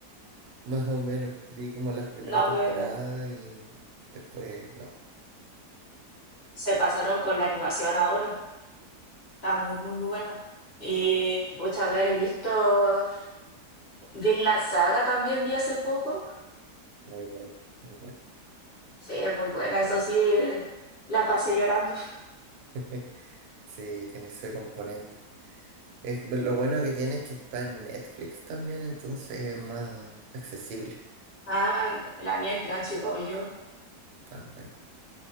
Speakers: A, on the right; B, on the left.
A: más o menos. Vi como las primeras
B: No,
A: temporadas
B: pero
A: y después, no,
B: se pasaron con la animación ahora. Está muy, muy, muy buena. Y, muchas a ver, he visto, vi la saga también, vi hace poco.
A: muy bueno, muy bueno.
B: Sí, es muy buena, eso sí, la pasé llorando.
A: <laughs> Sí, tiene ese componente. Es- lo bueno que tiene es que está en Netflix también, entonces es más accesible.
B: Ah, la vi en Crunchyroll yo.
A: Ah, bueno.